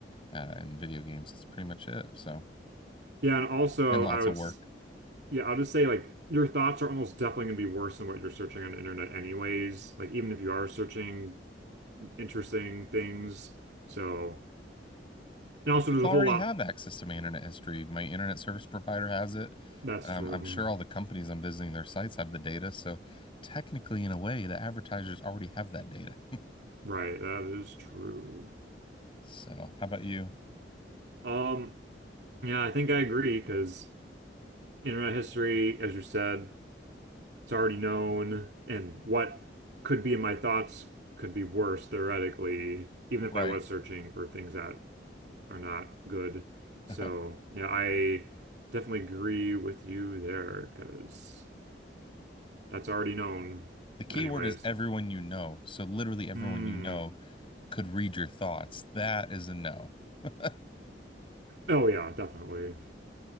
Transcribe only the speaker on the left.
uh, and video games. That's pretty much it. So,
and Well,
lots
of work.
People
already
have access to my internet history. My internet service provider has it.
Um,
I'm sure all the companies I'm visiting their sites have the data. So technically, in a way, the advertisers already have that data. <laughs>
So how about you?
Right.
<laughs>
The
keyword
is everyone you know. So literally everyone
you know could read your thoughts. That is a no. <laughs> That